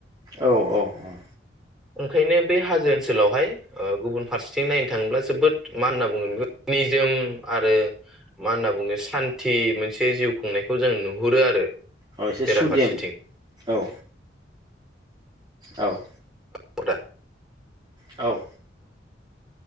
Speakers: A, on the right (about 25°); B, in the centre.
A: औ औ औ
B: ओंखायनो बे हाजो ओनसोलावहाय गुबुन फारसेथिं नायनो थाङोब्ला जोबोद मा होनना बुङो निजोम आरो मा होनना बुङो सान्थि मोनसे जिउ खुंनायखौ जों नु हुरो आरो
A: औ एसे
B: बेराफारसेथिं
A: सुदेम औ औ
B: खदा
A: औ